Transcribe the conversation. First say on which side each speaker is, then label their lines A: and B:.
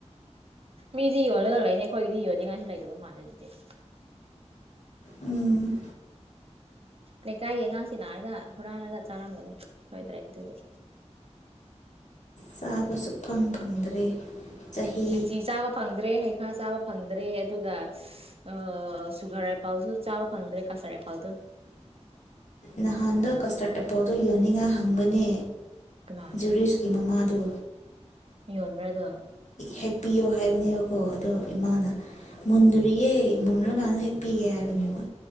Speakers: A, on the right; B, on the left.
A: ꯃꯤꯗꯤ ꯌꯣꯜꯂꯒ ꯂꯩꯔꯦ ꯑꯩꯈꯣꯏꯒꯤꯗꯤ ꯌꯣꯟꯅꯤꯉꯥꯏꯁꯨ ꯂꯩꯇꯕ ꯃꯥꯜꯂꯦ ꯑꯗꯨꯗꯤ
B: ꯎꯝ
A: ꯂꯩꯀꯥꯏꯒꯤ ꯑꯉꯥꯡꯁꯤ ꯁꯤꯡꯅꯒ ꯍꯨꯔꯥꯟꯂꯒ ꯆꯥꯔꯝꯒꯅꯤ ꯁꯣꯏꯗ꯭ꯔꯦ ꯑꯗꯨꯗꯤ
B: ꯆꯥꯕ ꯁꯨꯛꯐꯪ ꯐꯪꯗ꯭ꯔꯦ ꯆꯍꯤ
A: ꯂꯤꯆꯤ ꯆꯥꯕ ꯐꯪꯗ꯭ꯔꯦ ꯍꯩꯈꯥ ꯆꯥꯕ ꯐꯪꯗ꯭ꯔꯦ ꯑꯗꯨꯒ ꯁꯍꯍ ꯑꯑ ꯁꯨꯒꯔ ꯑꯦꯄꯜ ꯁꯨ ꯆꯥꯕ ꯐꯪꯗ꯭ꯔꯦ ꯀꯁꯇꯔꯗ ꯑꯦꯄꯥꯜꯗꯨ
B: ꯅꯍꯥꯟꯗꯣ ꯀꯁꯇꯥꯔꯗ ꯑꯦꯄꯜꯗꯣ ꯌꯣꯟꯅꯤꯡꯉꯥꯏ ꯍꯪꯕꯅꯦ
A: ꯀꯅꯥꯅ
B: ꯖꯨꯔꯤꯁꯀꯤ ꯃꯃꯥꯗꯨ
A: ꯌꯣꯟꯕ꯭ꯔꯥꯗꯣ
B: ꯍꯦꯛꯄꯤꯌꯣ ꯍꯥꯏꯕꯅꯦꯕꯀꯣ ꯑꯗꯣ ꯏꯃꯥꯅ ꯃꯨꯟꯗ꯭ꯔꯤꯌꯦ ꯃꯨꯟꯔꯀꯥꯟꯗ ꯍꯦꯛꯄꯤꯒꯦ ꯍꯥꯏꯕꯅꯦꯕ